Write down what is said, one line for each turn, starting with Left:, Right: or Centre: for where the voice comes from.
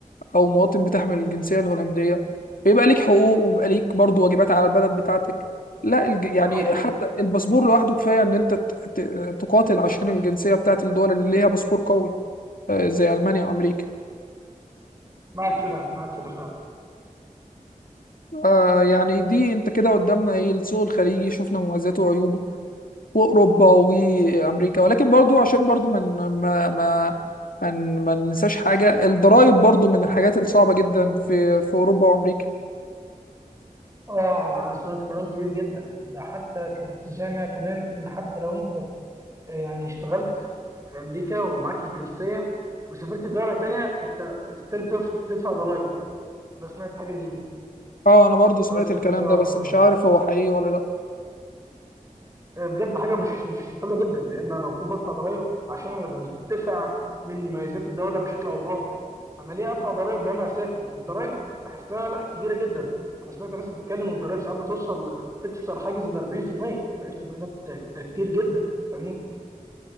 Left: او مواطن بتحمل الجنسيه الهولنديه فيبقى ليك حقوق ويبقى ليك برضو واجبات على البلد بتاعتك لا الج... يعني
Right: ده حقيقي
Left: حتى الباسبور لوحده كفايه ان انت ت... ت... تقاتل عشان الجنسيه بتاعت الدول اللي ليها باسبور قوي آه، زي المانيا وامريكا
Right: معاك في ده معاك في ده فعلا
Left: آه يعني دي انت كده قدامنا ايه السوق الخليجي شفنا مميزاته وعيوبه واوروبا وامريكا ولكن برضو عشان برضو من ما ما ما ما ننساش حاجه الضرائب برضو من الحاجات الصعبه جدا في في اوروبا وامريكا
Right: اه انا أنا سمعت كلام كبير جدا ده حتى كنت سامع كلام ان حتى لو انت آه، يعني اشتغلت في امريكا ومعاك الجنسيه وسافرت دوله تانية انت ستيل بتدفع ضرائب انا سمعت حاجه زي دي
Left: اه انا برضو سمعت
Right: مش عارف سمعت
Left: الكلام
Right: فيها
Left: ده بس مش عارف هو حقيقي ولا لا
Right: آه، بجد حاجه مش مش حلوه جدا لان انا المفروض بدفع ضرائب عشان انا بنتفع من مميزات الدوله بشكل او باخر انا ليه ادفع ضرائب لو انا اسافر والضرائب بحسها لا كبيره جدا انا سمعت ناس بتتكلم إن الضرائب ساعات بتوصل تكسر حاجز ال 40% 40% ده ده ده كتير جدا فاهمني